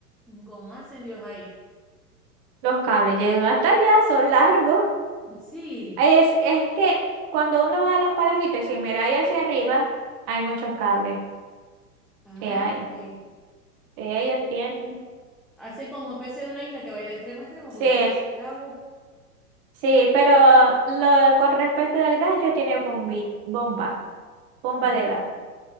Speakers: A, in the centre; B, on the right.
A: ¿Cómo hacen Dios ahí?
B: Los cables llegan hasta allá, son largos.
A: Sí.
B: Es, es que cuando uno va a los palafitos y si mira ahí hacia arriba, hay muchos cables.
A: Ah,
B: Sí, hay.
A: ok.
B: Sí, ellos tienen.
A: Hacen como especie de una isla que vaya de extremo a extremo,
B: Sí,
A: porque si eso es el lago,
B: sí, pero lo, con respecto al gas, ellos tienen bombi, bomba, bomba
A: Ujú.
B: de gas.